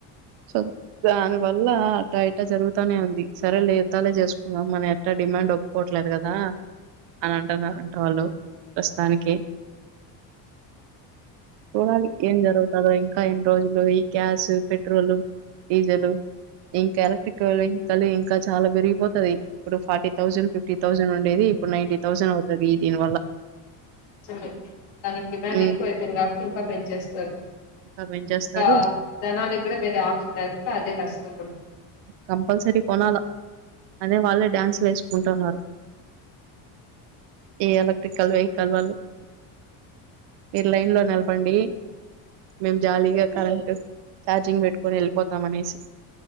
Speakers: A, on the right; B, on the left.
A: చూద్దాం వల్ల అట్ట ఇట జరుగుతానే ఉంది సరే లే యుద్దాలే చేసుకుందాం మన డిమాండ్ ఒక్కకోవట్లేదు కదా అని అంటున్నరంట వాళ్ళు ప్రస్తుతానికి చూడాలి ఏం జరుగుతదో ఇంకా ఇంకా ఎన్ని రోజులో ఈ గ్యాస్ పెట్రోల్ డీజిల్ ఇంకా ఎలక్ట్రిక్ వెహికల్ ఇంకా చాలా పెరిగిపోతది ఇప్పుడు ఫార్టీ థౌసండ్ ఫిఫ్టీ థౌసండ్ ఉండేది ఇప్పుడు నైన్టీ థౌసండ్ అవుతదీ దీని వల్ల
B: కొంచం దానికి డిమాండ్
A: హ్మ్
B: ఎక్కువ అయిపోయింది కాబట్టి ఇంకా పెంచేస్తారు
A: ఇంకా పెంచేస్తారు.
B: ఇంకా జనాలకి కూడా వేరే ఆప్షన్ లేకుండా అదే కష్ట <inaudible>
A: కంపల్సరీ కొనాలా అదే వాళ్ళే డ్యాన్సులు వేసుకుంటున్నారు ఈ ఎలక్ట్రికల్ వెహికల్ వెహికల్ వాళ్ళు మీరు లైన్ లో నిలబడండి మేము జాలీగా కరెంట్ చార్జింగ్ పెట్టుకొని వెళ్ళిపోతాం అనేసి